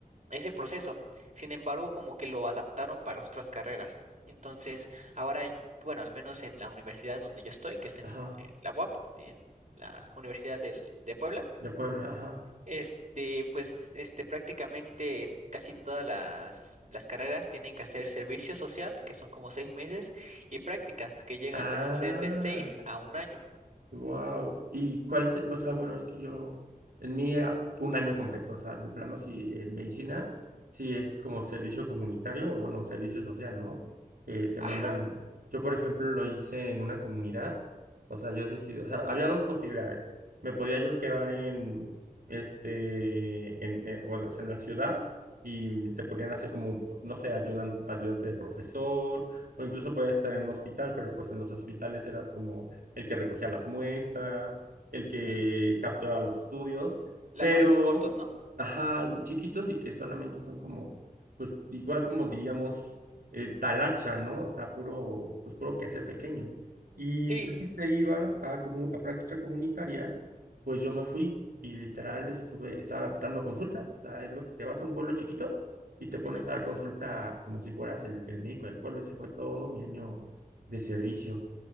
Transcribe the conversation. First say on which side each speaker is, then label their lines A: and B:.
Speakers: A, on the right; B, on the right.
A: ese proceso. Sin embargo, como que lo adaptaron para otras carreras. Entonces, ahora, hay- bueno, al menos en la universidad donde yo estoy, que es en,
B: ajá,
A: en la UAP, en la Universidad del, de Puebla,
B: de Puebla, ajá.
A: este, pues, este, prácticamente casi todas las, las carreras tienen que hacer servicio social, que son como seis meses, y prácticas, que llegan
B: Ah.
A: de ser de seis a un año.
B: Wow. ¿Y cuál se, o sea, bueno, es que yo, en mí ah, un año completo, o sea, de plano sí, en medicina, sí es como servicio comunitario o bueno, servicio social, ¿no? Que te
A: Ajá,
B: mandan, yo por ejemplo lo hice en una comunidad, o sea, yo decidí, o sea, había dos posibilidades. Me podía yo quedar en, este, en, eh, bueno, o sea, en la ciudad y te ponían a hacer como, no sé, ayudan, ayudante de profesor, o incluso podías estar en un hospital, pero pues en los hospitales eras como el que recogía las muestras, el que
A: ujú,
B: capturaba los estudios,
A: Labores
B: pero,
A: cortos, ¿no?
B: ajá, chiquitos
A: Como-
B: y que solamente son como, pues igual como diríamos, eh, talacha, ¿no? O sea, puro, pues puro quehacer pequeño. Y
A: Sí.
B: ya si te ibas a, como a práctica comunitaria, pues yo me fui y literal estuve, estaba dando consultas. O sea, es lo que te vas a un pueblo chiquito y te pones
A: ujú.
B: a dar consulta como si fueras el, el médico del pueblo. Ese fue todo mi año de servicio.